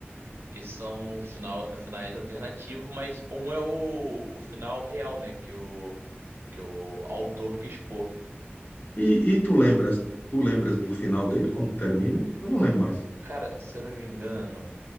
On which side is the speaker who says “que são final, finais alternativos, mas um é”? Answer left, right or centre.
Right